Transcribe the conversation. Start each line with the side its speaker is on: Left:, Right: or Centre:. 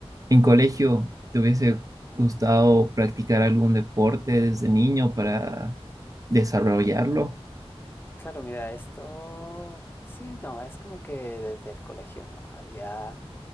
Right: en colegio te hubiese gustado practicar algún deporte desde niño para desarrollarlo?
Left: Claro, mira, esto sí, no, es como que desde el colegio, ¿no? Había